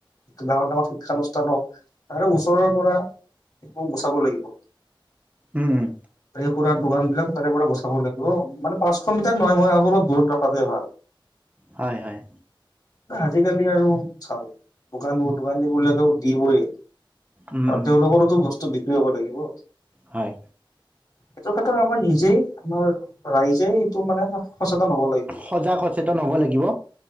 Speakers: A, on the left (about 45°); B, on the right (about 15°).
A: ডাঙৰ ডাঙৰ শিক্ষানুষ্ঠান হওক তাৰ ওচৰৰ পৰা। সেইবোৰ গুচাব লাগিব।
B: উম উম
A: এই খুৰাৰ দোকান বিলাক তাৰে পৰা গুচাব লাগিব মানে। পাঁচশ মিটাৰ নহয় মইাবো অলপ দূৰত ৰখাটোৱে ভাল
B: হয় হয়।
A: আজিকালি আৰু চাও, দোকানবোৰ দোকানী বলেতো দিবই। আৰু
B: উম উম
A: তেওঁলোকৰোতো বস্তু বিক্ৰী হব লাগিব।
B: হয়।
A: এইটো ক্ষেত্ৰত আমাৰ নিজেই, আমাৰ ৰাইজ। যে এইটো মানে সচেতন হ'ব লাগিব
B: সজাগ
A: আৰু।
B: সচেতন হ'ব লাগিব